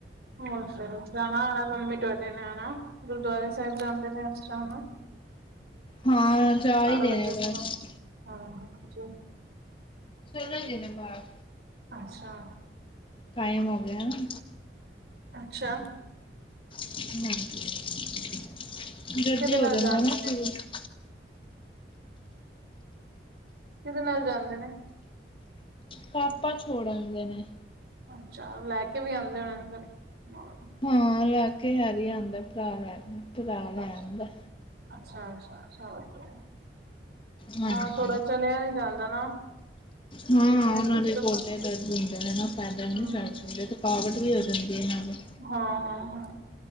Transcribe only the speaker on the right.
ਹੋਰ ਫੇਰ, ਜਾਣਾ ਹੋਣੈ ਮੰਮੀ ਤੁਆਡੇ ਨੇ ਹਣਾ ਗੁਰਦੁਆਰੇ ਸਾਹਿਬ ਜਾਂਦੇ ਅੱਜ ਤਾ ਹਨਾ?
ਵਜੇ
ਕੋਲ <unintelligible>
ਅੱਛਾ।
ਅੱਛਾ।
ਕਿਹਦੇ ਨਾਲ ਜਾਂਦੇ ਕਿਦੇ ਨਾਲ ਜਾਂਦੇ ਨੇ?
ਅੱਛਾ। ਲੈ ਕੇ ਵੀ ਆਂਦੇ ਹੋਣੇ ਫੇਰ ਨਾਲ।
ਅੱਛਾ
ਅੱਛਾ ਅੱਛਾ ਅੱਛਾ। ਵਦੀਆ ਐ।
ਹਾਂ ਥੋੜਾ ਚਲੇਆ ਨੀ ਜਾਂਦਾ ਨਾ।
ਚੱਲਣ ਦੀ
ਦਿੱਕਤ
ਆਉਂਦੀ
ਹਮ
ਹਾਂ ਹਾਂ ਹਾਂ।